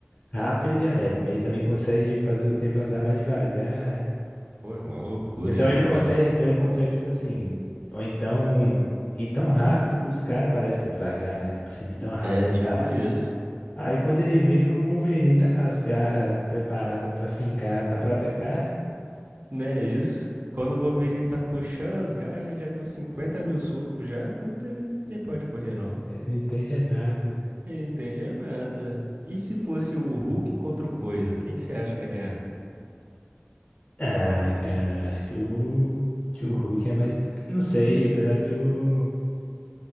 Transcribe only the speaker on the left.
Rápido ele já é, né? Mas ele também consegue fazer o tempo andar mais devagar.
Então
ele consegue,
então ele consegue, tipo assim, ou então ir tão rápido que os caras parecem estar devagar, né? Tipo assim, de tão rápido
que
tá.
Aí quando ele vê, o Wolverine tá com as garras preparadas pra fincar na própria cara,
ele não entende é nada.
Ah, cara, eu acho que o, que o Hulk é mais. Não sei, apesar que o,